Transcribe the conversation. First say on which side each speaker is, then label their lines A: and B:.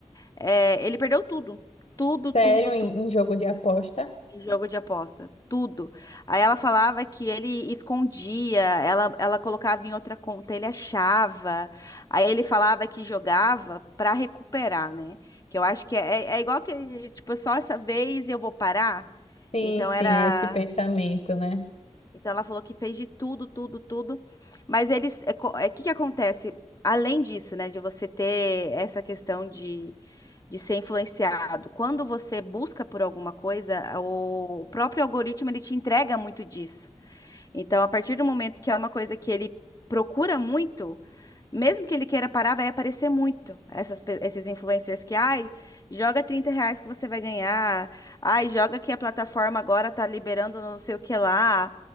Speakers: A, on the left; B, on the left.
A: É, ele perdeu tudo. Tudo, tudo,
B: sério
A: tudo
B: em, em jogo de aposta?
A: em jogo de aposta. Tudo. Aí ela falava que ele escondia, ela, ela colocava em outra conta, ele achava. Aí ele falava que jogava para recuperar, né? Que eu acho que é, é é igual que, tipo, só essa vez eu vou parar.
B: Sim,
A: Então
B: sim,
A: era
B: é esse pensamento, né?
A: Então ela falou que fez de tudo, tudo, tudo. Mas eles, é, co- é, que que acontece? Além disso, né, de você ter essa questão de, de ser influenciado, quando você busca por alguma coisa, o próprio algoritmo ele te entrega muito disso. Então, a partir do momento que é uma coisa que ele procura muito, mesmo que ele queira parar, vai aparecer muito essas pe- esses influencers que, ai, joga 30 reais que você vai ganhar, ai, joga que a plataforma agora tá liberando não sei o que lá,